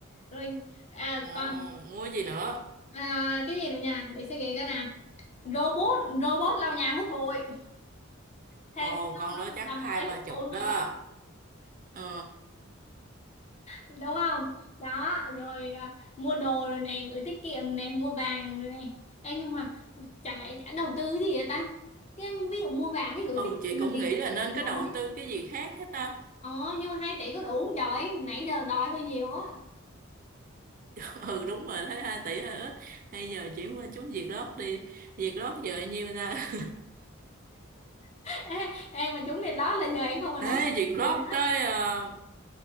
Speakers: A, on the left; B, on the right.
A: rồi à
B: Ồ,
A: còn
B: mua gì nữa?
A: à, cái gì nữa nha để suy nghĩ cái nào robot robot lau nhà hút bụi
B: Ồ,
A: thêm
B: con
A: ờ,
B: đó chắc
A: tầm
B: hai
A: mấy
B: ba
A: chục
B: chục
A: bộ nữa
B: đó. Ừ.
A: đúng không đó rồi à, mua đồ rồi này gửi tiết kiệm này mua vàng rồi này Ê, nhưng mà chẳng lẽ chẳng đầu tư gì vậy ta cái ví dụ mua vàng với gửi
B: Ừ,
A: tiết
B: chị
A: kiệm là
B: cũng
A: mình
B: nghĩ
A: tiết
B: là
A: kiệm
B: nên có
A: rồi
B: đầu tư cái gì khác hết ta.
A: ờ nhưng mà hai tỷ có đủ không trời nãy giờ đòi hơi nhiều á
B: <laughs> Ừ, đúng rồi, thấy 2 tỷ hơi ít. Hay giờ chuyển qua chúng Việt Lót đi. Việt Lót giờ bao nhiêu ta?
A: ê, ê mà trúng Việt lót là giờ em
B: <laughs>
A: không còn
B: Ê,
A: nói chuyện
B: Việt Lót
A: gì nữa
B: tới uh,